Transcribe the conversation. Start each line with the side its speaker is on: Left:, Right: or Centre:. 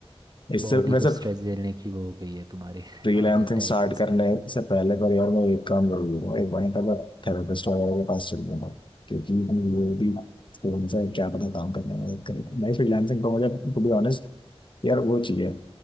Left: इससे
Right: बॉडी
Left: वैसे
Right: को स्ट्रेस झेलने की वो हो गई है तुम्हारी
Left: फ्रीलांसिंग
Right: <laughs> आदत टाइप
Left: स्टार्ट
Right: की शायद
Left: करने से पहले परिवार में एक काम जरूर लूंगा एक बार पहले थेरेपिस्ट वगैरह के पास चल लूंगा क्योंकि वो भी फोन से क्या पता काम करने में मदद करेगा नहीं फ्रीलांसिंग तो मुझे टू बी ऑनेस्ट यार वो चाहिए